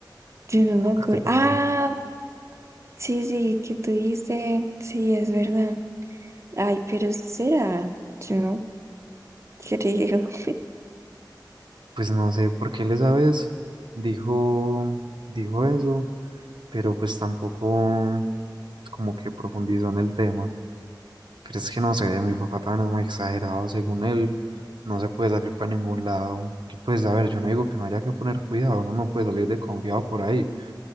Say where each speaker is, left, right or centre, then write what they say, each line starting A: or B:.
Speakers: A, on the right (about 40°); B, on the right (about 80°).
A: Yo no me acuerdo.
B: nunca te conté.
A: Ah, sí, sí, que tú dices. Sí, es verdad. Ay, pero sí será. Yo no creo. <laughs>
B: Pues no sé por qué les sabes, dijo, dijo eso, pero pues tampoco como que profundizó en el tema. Pero es que no sé, mi papá también es muy exagerado, según él, no se puede salir para ningún lado. Y pues, a ver, yo no digo que no haya que poner cuidado, uno no puede salir desconfiado por ahí